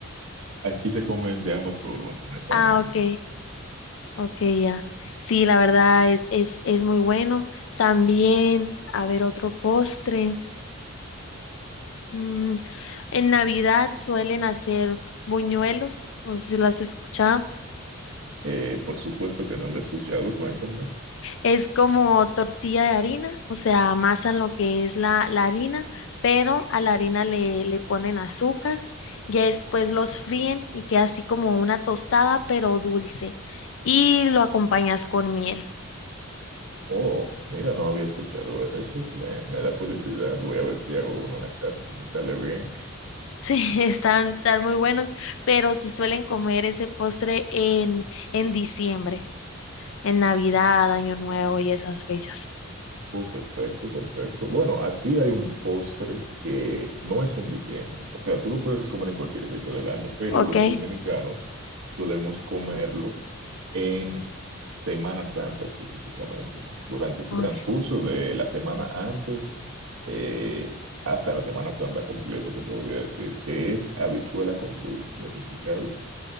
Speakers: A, on the right; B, on the left.
A: Aquí se comen de ambas formas, honestamente.
B: Ah, ok, ok, ya. Sí, la verdad es, es, es muy bueno. También, a ver, otro postre. Mm, en Navidad suelen hacer buñuelos, no sé si lo has escuchado.
A: Eh, por supuesto que no lo he escuchado, cuéntame.
B: Es como tortilla de harina, o sea, amasan lo que es la, la harina, pero a la harina le, le ponen azúcar, ya después los fríen y queda así como una tostada, pero dulce, y lo acompañas con miel. <laughs>
A: Oh, mira, no había escuchado eso. Me, me da curiosidad. Voy a ver si hago uno en la casa, si me sale bien.
B: Sí, están, están muy buenos, pero se suelen comer ese postre en, en diciembre, en Navidad, Año Nuevo y esas fechas.
A: Oh, perfecto, perfecto. Bueno, aquí hay un postre que no es en diciembre. O sea, tú lo puedes comer en cualquier fecha del año, pero
B: ¿Ok?
A: los dominicanos solemos comerlo en Semana Santa específicamente. Durante ese
B: Ok.
A: transcurso de la semana antes eh, hasta la Semana Santa completa, se podría decir, que es habichuela con dulce. ¿Lo has escuchado?